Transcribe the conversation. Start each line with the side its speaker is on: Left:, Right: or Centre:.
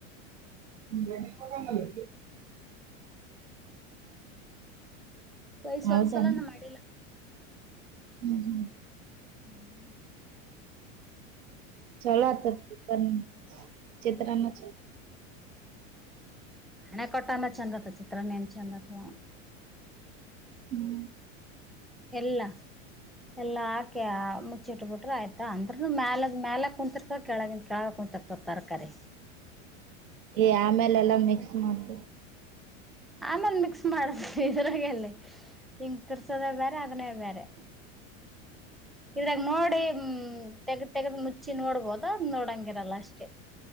Right: <inaudible>
Centre: ರೈಸ್
Right: ಹೌದನ್
Centre: ಒಂದ್ಸಲಾನ ಮಾಡ್
Right: ಹ್ಮ್ ಹ್ಮ್
Centre: ಹ್ಮ್ ಹ್ಹ್ಮ್ಮ್
Right: <unintelligible>
Centre: ಹಣೆ ಕೊಟ್ಟಾನ ಚಂದತ್ ಚಿತ್ರನ್ನ ಏನ್ ಚಂದತ್ವೋ
Right: ಹ್ಮ್
Centre: ಎಲ್ಲ ಎಲ್ಲಾಕಿ ಮುಚ್ಚಿಟ್ ಬಿಟ್ರೆ ಆಯ್ತ ಅಂದ್ರನು ಮ್ಯಾಲದ ಮ್ಯಾಲ ಕುಂತಿರ್ತದಿ ಕೆಳಗಿಂದ ಕೆಳಗ ಕುಂತಿರ್ತದೆ. ತರ್ಕಾರಿ
Right: ಏ ಆಮೇಲೆಲ್ಲಾ ಮಿಕ್ಸ್ ಮಾಡಿ
Centre: ಆಮೇಲೆ ಮಿಕ್ಸ್ ಮಾಡ ಇದ್ರಾಗೆಲ್ಲಿ ತಿರಗ್ಸೋದ ಬೇರೆ ಅದನೇ ಬೇರೆ ಇದ್ರಾಗ ನೋಡಿ ಹ್ಮ ತೆಗ್ದ ತೆಗದ ಮುಚ್ಚಿ ನೋಡ್ಬೋದು ಅದ್ರಾಗ್ ನೋಡಂಗಿರಲ್ಲ ಅಷ್ಟೇ.